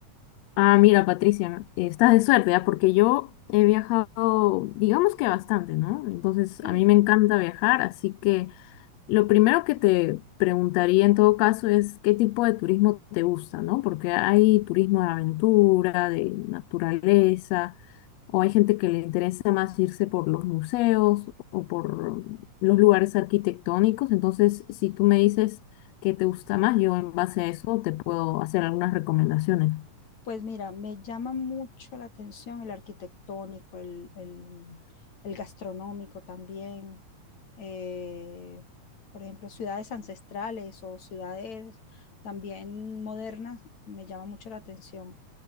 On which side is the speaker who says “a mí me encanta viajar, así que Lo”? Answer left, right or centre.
Left